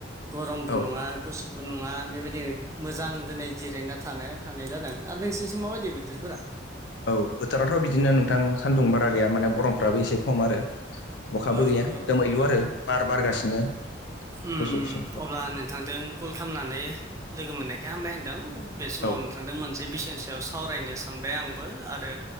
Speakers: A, on the right; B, on the left.
A: गरमबो
B: औ
A: नङा गुसु नङा बेबायदि मोजां दिनै जिरायना थानो हानाय जादों आरो नोंसोरनिसो माबायदि बोथोरफोरा?
B: औ बोथोराथ' बिदिनो नोंथां सान्दुं बारा गैया माने गरमफ्राबो एसे खम आरो अखाबो
A: ओ
B: गैया
A: ओ
B: दोमैलु आरो बार बारगासिनो।
A: ओम
B: गुसु गुसु औ
A: अब्ला नोंथांदों। कल खालामनानै लोगो मोननायखाय हामबाय होनदों बे समाव
B: औ
A: थांदों मोनसे बिसयनि सायाव सावरायनो सानबाय आंबो आरो